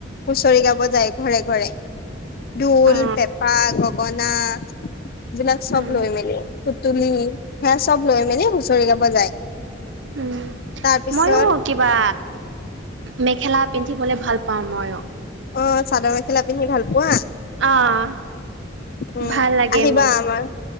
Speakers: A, on the left; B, on the right.
A: হুঁচৰি গাব যায় ঘৰে ঘৰে। ঢোল,
B: অঁ
A: পেপা, গগনা এইবিলাক চব
B: উম
A: লৈ মেলি। তুলি সেয়া চব লৈ মেলি হুঁচৰি গাব যায়।
B: উম
A: তাৰ পিছত
B: মইওঁ কিবা মেখেলা পিন্ধিবলৈ ভাল পাওঁ ময়ো।
A: অ চাদৰ মেখেলা পিন্ধি ভাল পোৱা?
B: অ',
A: উম
B: ভাল লাগে
A: আহিবা
B: মোক
A: আমাৰ